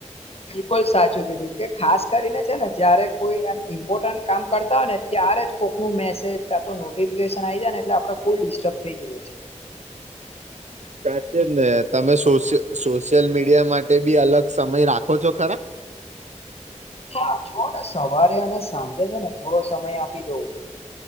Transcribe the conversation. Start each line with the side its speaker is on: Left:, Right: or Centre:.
Left: બિલકુલ સાચું કીધું કે ખાસ કરીને છે ને જયારે કોઈ આમ ઈમ્પોર્ટન્ટ કામ કરતા હોય ને ત્યારે જ કોકનું મેસેજ કા તો નોટિફિકેશન આઈ જાય ને એટલે આપડે ફૂલ ડિસ્ટર્બ થઈ જઈએ છીએ.
Right: સાચે જ ને તમે સોશિયલ સોશિયલ મીડિયા માટે બી અલગ સમય રાખો છો ખરા?
Left: હા જુઓ ને સવારે અને સાંજે છે ને થોડો સમય આપી દઉં.